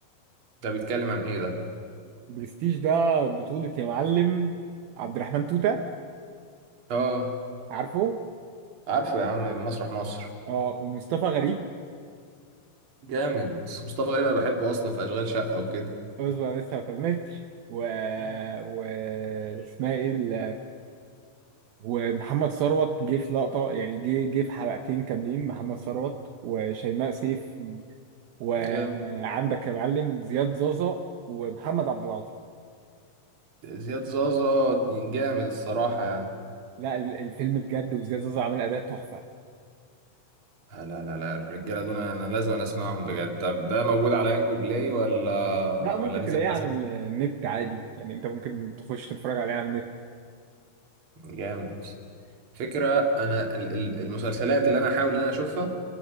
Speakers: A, on the right (about 40°); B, on the right (about 75°).
A: ده بيتكلم عن ايه ده
B: برستيج ده بطولة يا معلم عبد الرحمن توتة
A: اه
B: عارفه
A: عارفه يا عم مسرح مصر
B: اه ومصطفى غريب
A: جامد مصطفى غريب انا بحبه اصلا في اشغال شقه وكده
B: اصبر أنا لسه ما كملتش و...
A: مم.
B: و اسمها ايه ال... ومحمد ثروت جه في لقطة يعني جه جه في حلقتين كاملين محمد ثروت وشيماء سيف وعندك
A: جامد
B: يا معلم زياد زازا ومحمد عبد العاطي
A: زياد زازا جامد الصراحه يعني
B: لا ال- الفيلم بجد وزياد زازا عامل اداء تحفه
A: آه، لا لا لا الرجاله دول انا لازم أنا اسمعهم بجد طب ده موجود على ينجو بلاي ولا
B: لا ممكن
A: ولا نزل
B: تلاقيه على
A: مثلا
B: النت عادي يعني انت ممكن تخش تتفرج عليه على النت
A: جامد فكرة أنا ال- ال- المسلسلات اللي أنا أحاول إن أنا أشوفها